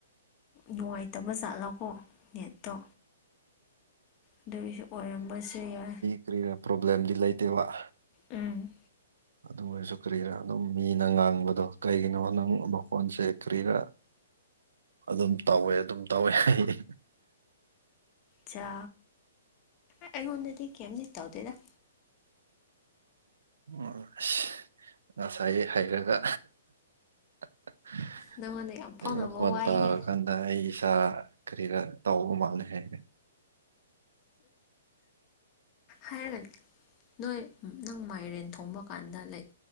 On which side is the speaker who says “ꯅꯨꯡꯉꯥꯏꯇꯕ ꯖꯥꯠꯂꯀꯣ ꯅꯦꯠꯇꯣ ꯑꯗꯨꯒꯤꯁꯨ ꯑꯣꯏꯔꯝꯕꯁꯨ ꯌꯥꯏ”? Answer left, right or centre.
Left